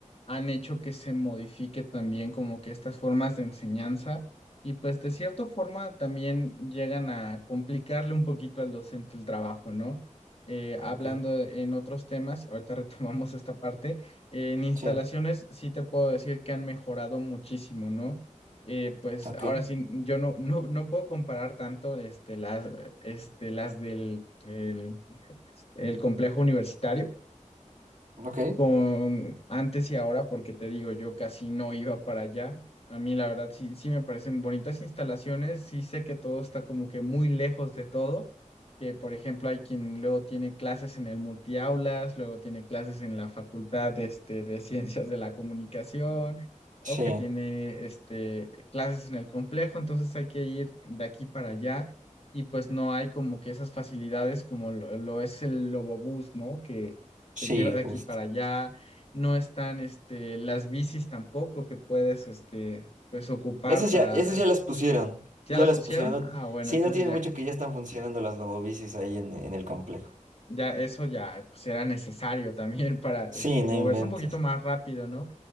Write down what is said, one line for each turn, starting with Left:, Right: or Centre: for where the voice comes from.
Left: han hecho que se modifique también como que estas formas de enseñanza y pues de cierta forma también llegan a complicarle un poquito al docente el trabajo, ¿no? Eh, hablando
Right: ok,
Left: en otros temas, ahorita <laughs> retomamos esta parte, en instalaciones
Right: sí.
Left: sí te puedo decir que han mejorado muchísimo, ¿no? eh, pues
Right: Ok,
Left: ahora sí, yo no, no, no puedo comparar tanto este, las, este, las del el, el complejo universitario
Right: ok.
Left: con antes y ahora, porque te digo, yo casi no iba para allá. A mí la verdad sí, sí me parecen bonitas instalaciones, sí sé que todo está como que muy lejos de todo, que por ejemplo hay quien luego tiene clases en el multiaulas, luego tiene clases en la facultad este, de ciencias de la comunicación,
Right: Sí,
Left: o que tiene este, clases en el complejo, entonces hay que ir de aquí para allá. Y pues no hay como que esas facilidades como lo, lo es el Lobobús, ¿no? que
Right: sí,
Left: te lleva de aquí
Right: justo.
Left: para allá, no están este, las bicis tampoco que puedes este, pues ocupar
Right: Esas
Left: para...
Right: ya, esas ya las pusieron.
Left: ¿Ya
Right: Ya
Left: las
Right: las
Left: pusieron?
Right: pusieron. No-
Left: Ah, bueno,
Right: sí,
Left: entonces
Right: no tiene
Left: ya,
Right: mucho que ya están funcionando las lobobicis ahí en, en el complejo.
Left: ya eso ya pues, era necesario también <laughs> para este,
Right: Sí, no
Left: moverse
Right: inventes.
Left: un poquito más rápido, ¿no?